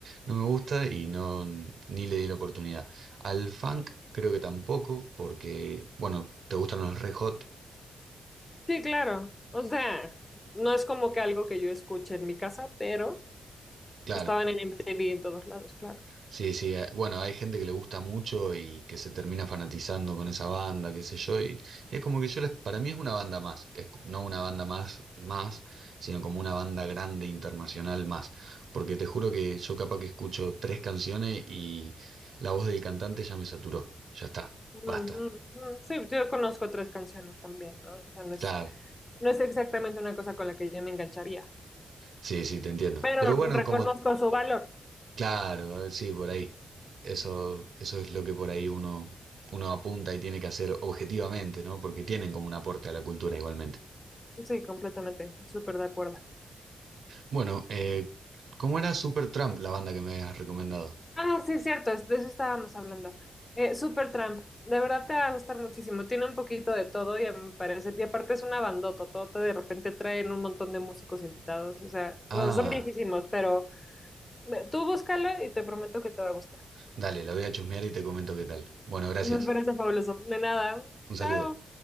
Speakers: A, on the right; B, on the left.
A: No me gusta y no, ni le di la oportunidad. Al funk creo que tampoco, porque, bueno, te gustan los Red Hot,
B: Sí, claro, o sea, no es como que algo que yo escuche en mi casa, pero
A: claro,
B: estaban en MTV en todos lados, claro.
A: Sí, sí, eh, bueno, hay gente que le gusta mucho y que se termina fanatizando con esa banda, qué sé yo, y es como que yo les, para mí es una banda más, es co- no una banda más, más, sino como una banda grande internacional más, porque te juro que yo capaz que escucho tres canciones y la voz del cantante ya me saturó, ya está,
B: Mm,
A: basta,
B: mm, mm. Sí, yo conozco otras canciones también, ¿no? O sea, no es,
A: claro,
B: no es exactamente una cosa con la que yo me engancharía,
A: sí, sí, te entiendo,
B: pero
A: pero
B: reconozco
A: bueno, como
B: su valor.
A: Claro, sí, por ahí. Eso, eso es lo que por ahí uno, uno apunta y tiene que hacer objetivamente, ¿no? Porque tienen como un aporte a la cultura igualmente.
B: Sí, completamente, súper de acuerdo.
A: Bueno, eh, ¿cómo era Supertramp, la banda que me has recomendado?
B: Ah, sí, es cierto, es- de eso estábamos hablando. Eh, Supertramp, de verdad te va a gustar muchísimo, tiene un poquito de todo y a mí me parece, y aparte es una bandota, de repente traen un montón de músicos invitados, o sea,
A: Ah,
B: bueno, son viejísimos, pero eh, tú búscalo y te prometo que te va a gustar.
A: dale, la voy a chusmear y te comento qué tal. Bueno, gracias.
B: Me parece fabuloso. De nada,
A: Un saludo.
B: chao.